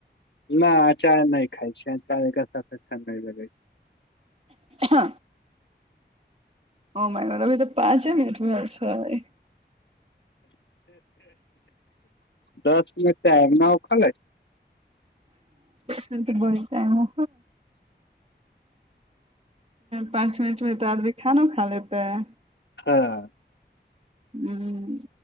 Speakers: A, on the left; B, on the right.
A: न आचार नहि खाय छै चाय एक सा छगाइ लग छै
B: हँ ओ महिनभी तऽ पाँचे मििनटमे छै
A: दस मिनट टाम न ओ खाल
B: बतटाइम पाँच मिनट मे तऽ आदमी खानो खा लेते है
A: हँ
B: ह्म